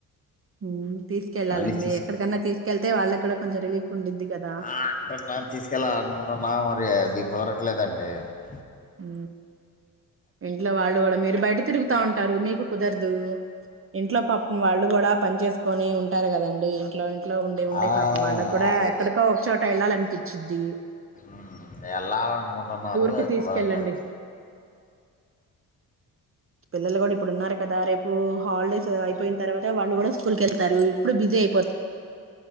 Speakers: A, on the right; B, on the left.
A: ఊ తీసుకెళ్ళాలండి
B: ఖాళీ చేసు
A: ఎక్కడికన్నా తీసు కేళ్తే వాళ్ళకు కూడా కొంచం రిలీఫ్ ఉండిద్ది కదా
B: ఆ అంటు నను తీసుకెళ్ళాలి అనుకుంటున్నా మరి అది కుదరట్లేదండి అంటే
A: ఊ ఇంట్లో వాళ్ళు వాళ మీరు మీరు బయట తిరుగుతా ఉంటారు మీకు కుదరదు ఇంట్లో పాపం వాళ్ళు కూడా పని చేేసుకుని ఉంటారు కదండి ఇంట్లో ఇంట్లో ఉండి ఉండి
B: ఆ
A: పాపం వాళ్ళకి కూడా
B: అది
A: ఎక్కడికో ఒక చోట డ వెళ్ళాలనిపించింద్ది
B: ఉమ్, వెళ్ళాలనుకుంటున్నారు
A: టూర్ కి
B: అది
A: తీసుకెళ్ళండి
B: కుదరట్లేదు
A: పిల్లలు కూడా ఇప్పుడు ఉన్నారు కదా రేపు హాలిడేస్ అయిపోయిన తర్వాత వాళ్ళ కూడా స్కూల్ కు వెళ్తారు ఇప్పుడు బిజీ అయిపో